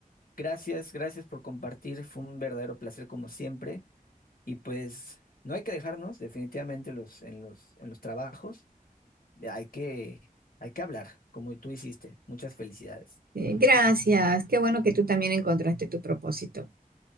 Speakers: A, on the left; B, on the right.
A: Gracias, gracias por compartir. Fue un verdadero placer como siempre. Y pues no hay que dejarnos definitivamente los, en los, en los trabajos. Hay que, hay que hablar, como tú hiciste. Muchas felicidades.
B: Eh, gracias. Qué bueno que tú también encontraste tu propósito.